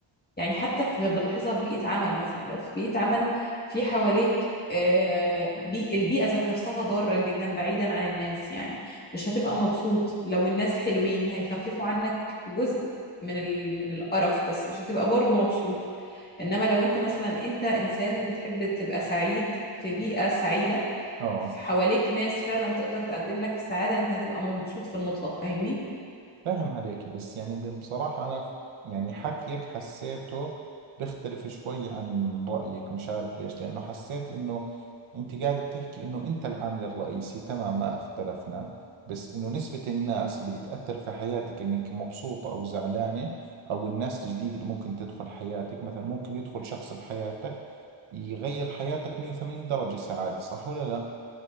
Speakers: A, on the left; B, on the right.
A: يعني حتى في بنلاحظها في بيئة عمل مثلا لو في بيئة عمل في حواليك آه، بي البيئة ذات نفسها ضارة جدا بعيدا عن الناس يعني مش هتبقى مبسوط لو الناس حلوين هيخففوا عنك جزء من ال... من القرف بس مش هتبقى برضه مبسوط انما لو انت مثلا انت انسان بتحب تبقى سعيد في بيئة سعيدة
B: آه
A: في حواليك ناس فعلا تقدر تقدم لك السعادة انت هتبقى مبسوط في المطلق فاهمني
B: فاهم عليكي بس يعني بصراحة أنا ف- يعني حكيك حسيته بيختلف شوي عن رأيك مش عارف ليش لأنه حسيت إنه أنت قاعد بتحكي إنه أنت العامل الرئيسي تمام ما اختلفنا بس إنه نسبة الناس اللي بتأثر في حياتك إنك مبسوطة أو زعلانة أو الناس الجديدة اللي ممكن تدخل حياتك مثلا ممكن يدخل شخص بحياتك يغير حياتك 180 درجة سعادة صح ولا لا؟